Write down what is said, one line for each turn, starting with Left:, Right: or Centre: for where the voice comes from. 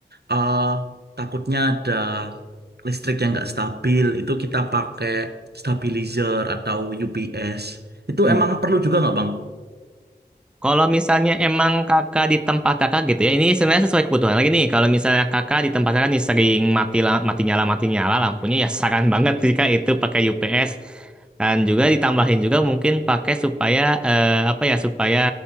Right: eh, takutnya ada listrik yang nggak stabil, itu kita pakai stabilizer atau UPS. Itu
Centre: mm
Right: emang perlu juga nggak Bang?
Centre: Kalau misalnya emang kakak di tempat kakak gitu ya, ini sebenarnya sesuai kebutuhan lagi nih. Kalau misalnya kakak di tempat kakak nih sering mati la- mati nyala mati nyala lampunya ya saran banget sih kak itu pakai UPS dan juga ditambahin juga mungkin pakai supaya eh, apa ya supaya